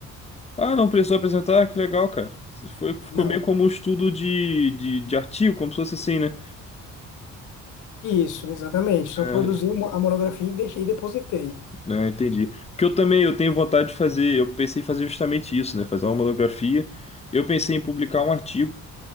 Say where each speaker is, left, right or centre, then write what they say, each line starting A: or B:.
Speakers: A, on the left (about 20°); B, on the left (about 75°).
A: Ah, não precisou apresentar? Que legal, cara. Foi, ficou
B: Não.
A: meio como um estudo de, de, de artigo, como se fosse assim, né?
B: Isso, exatamente. Só
A: É,
B: produzi uma- a monografia e deixei e depositei.
A: é, entendi. Porque eu também eu tenho vontade de fazer, eu pensei em fazer justamente isso, né? Fazer uma monografia. Eu pensei em publicar um artigo,